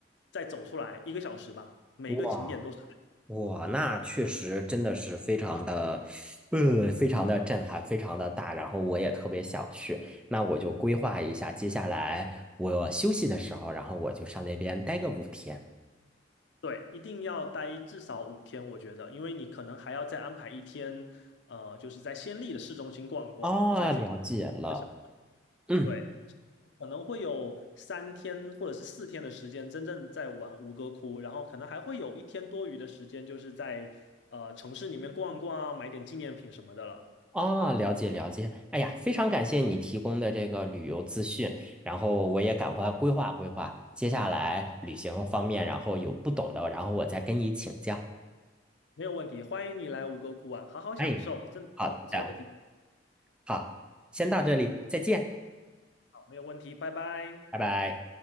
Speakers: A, on the left; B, in the centre.
A: 再走出来一个小时吧。每一个景点都是，
B: 哇。哇，那确实真的是非常的，呃，非常的震撼，非常的大。然后我也特别想去，那我就规划一下，接下来我休息的时候，然后我就上那边待个五天。
A: 对，一定要待至少五天，我觉得，因为你可能还要再安排一天，呃，就是在暹粒的市中心逛一逛，
B: 哦，
A: 再去。
B: 了解了，
A: 个小
B: 嗯，
A: 对，可能会有三天或者是四天的时间真正在玩吴哥窟，然后可能还会有一天多余的时间，就是在呃城市里面逛逛啊，买点纪念品什么的了。
B: 哦，了解了解。哎呀，非常感谢你提供的这个旅游资讯，然后我也赶快规划规划，接下来旅行方面，然后有不懂的，然后我再跟你请教。
A: 没有问题，欢迎你来吴哥窟玩，好好享受，
B: 哎，
A: 真的是个不错的地方。
B: 好的，好，先到这里，再见，
A: 好，没有问题，拜拜。
B: 拜拜。